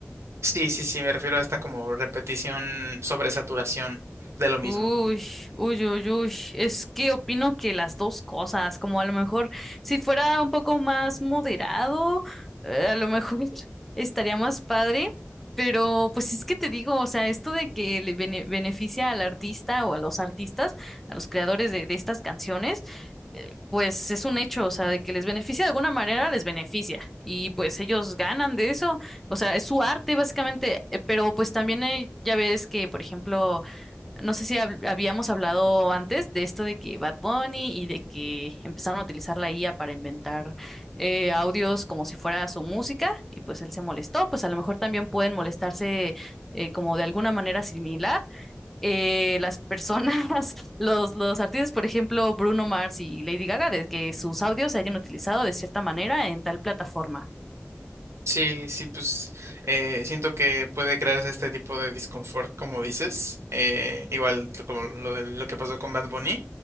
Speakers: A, on the right; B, in the centre.
A: Sí, sí, sí, me refiero a esta como repetición sobre saturación de lo mismo.
B: Uy, uy, uy, uy. Es que opino que las dos cosas, como a lo mejor si fuera un poco más moderado, eh, a lo mejor <laughs> estaría más padre, pero pues es que te digo, o sea, esto de que le bene- beneficia al artista o a los artistas, a los creadores de, de estas canciones, eh, pues es un hecho, o sea, de que les beneficia de alguna manera, les beneficia y pues ellos ganan de eso, o sea, es su arte básicamente, eh, pero pues también hay, ya ves que, por ejemplo, no sé si hab- habíamos hablado antes de esto de que Bad Bunny y de que empezaron a utilizar la IA para inventar eh, audios como si fuera su música y pues él se molestó, pues a lo mejor también pueden molestarse eh, como de alguna manera similar eh, las personas, <laughs> los, los artistas, por ejemplo, Bruno Mars y Lady Gaga, de que sus audios se hayan utilizado de cierta manera en tal plataforma.
A: Sí, sí, pues eh, siento que puede crearse este tipo de disconfort, como dices, eh, igual lo- como lo, de- lo que pasó con Bad Bunny,